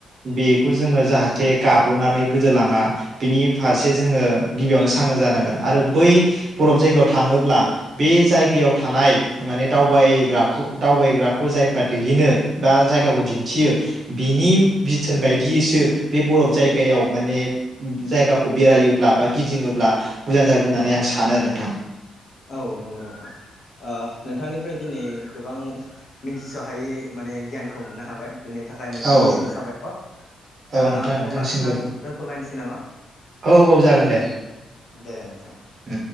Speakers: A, on the right; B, on the left.
A: बेखौ जोंङो जाहाथे गाब्र'नानै गोदोलाङा बेनि फारसे जोंङो गिबियावनो सांग्रां जानांगोन आरो बै बरफ जायगायाव थाङोब्ला बे जायगायाव थानाय माने दावबायग्राखौ-दावबायग्राखौ जायफ्रा दैदेनो बा जायगाखौ दिन्थियो बिनि बिथोन बायदियैसो बे बरफ जायगायाव माने जायगाखौ बेरायोब्ला बा गिदिङोब्ला मोजां जागोन होननानै
B: औ
A: आं सानो आरो नोंथां
B: औ नंगौ नोंथां नोंथांनिफ्राय दिनै गोबां मिथिस' हायै माने गियानखौ मोननो हाबाय बेनि थाखाय नोंथांनिसिम
A: औ
B: साबायखर
A: औ
B: दा
A: नोंथां नोंथांसिमबो
B: अब्ला नोंथां दोनथ'लायनोसै नामा
A: औ औ जागोन दे
B: दे नों थां
A: उम